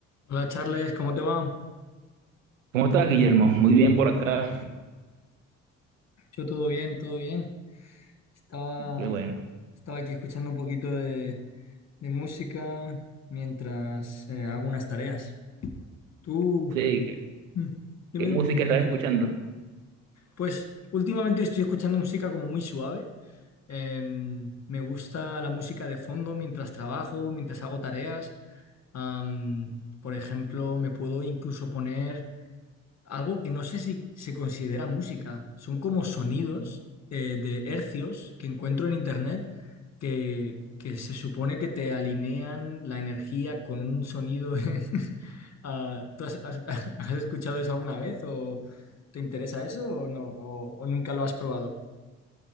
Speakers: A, on the left; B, on the right.
A: Hola Charles, ¿cómo te va?
B: ¿Cómo estás, Guillermo? Muy bien por acá.
A: Yo todo bien, todo bien. Estaba,
B: Qué bueno.
A: estaba aquí escuchando un poquito de, de música mientras eh, hago unas tareas. Tú,
B: Sí, ¿qué,
A: Mm, dime,
B: qué música
A: dime.
B: estás escuchando?
A: Pues últimamente estoy escuchando música como muy suave. Eh, me gusta la música de fondo mientras trabajo, mientras hago tareas. Am, por ejemplo, me puedo incluso poner algo que no sé si se considera música. Son como sonidos eh, de hercios que encuentro en internet que, que se supone que te alinean la energía con un sonido. <laughs> Ah, ¿tú has, has- <laughs> has escuchado eso alguna vez o te interesa eso o no o, o nunca lo has probado?